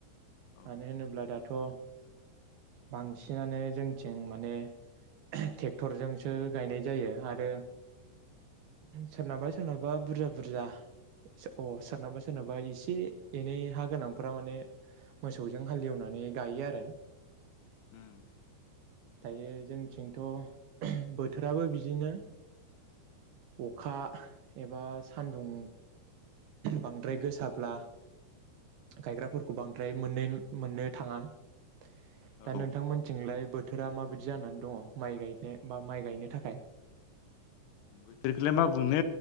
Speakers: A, on the left; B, on the right.
A: औ
B: मानो होनोब्ला दाथ' बांसिनानो जोंथिं माने ट्रेक्टरजोंसो गायनाय जायो आरो आरो सोरनाबा सोरनाबा बुरजा बुरजा अ सोरनाबा सोरनाबा एसे एनै हा गोनांफ्रा माने मोसौजों हाल एवनानै गायो। आरो
A: औ
B: दायो जोंथिंथ' बोथोराबो बिदिनो अखा एबा सान्दुं बांद्राय गोसाब्ला गायग्राफोरखौ बांद्राय मोननो मोननो थाङा दा
A: औ
B: नोंथांमोननिथिंलाय बोथोरा माबायदि जानानै दङ माइ गायनो बा माइ गायनो थाखाय।
A: बोथोरखौलाय मा बुंनो